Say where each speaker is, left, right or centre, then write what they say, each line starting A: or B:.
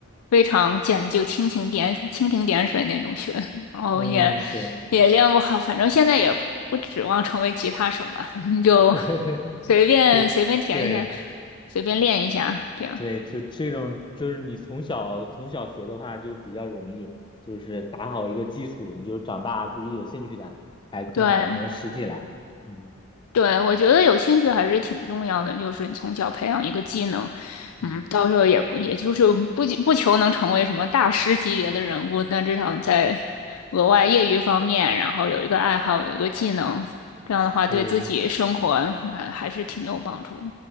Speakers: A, on the left; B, on the left.
A: 非常简，就蜻蜓点蜻蜓点水那种学，然后也
B: 嗯，对，
A: 也练不好，反正现在也不指望成为吉他手嘛，<laughs> 就
B: <laughs>
A: 随便随便填一下，
B: 对对，
A: 随便练一下这样。
B: 对，这这种就是你从小从小学的话就比较容易，就是打好一个基础，你就长大自己有兴趣了，还更好能拾起来。
A: 对，
B: 嗯
A: 对，我觉得有兴趣还是挺重要的，就是你从小培养一个技能，
B: 嗯，
A: 嗯，到时候也不也就是不仅不求能成为什么大师级别的人物，但至少你在额外业余方面，然后有一个爱好，有一个技能，这样的话对自己生活，
B: 是，
A: 呃还是挺有帮助的。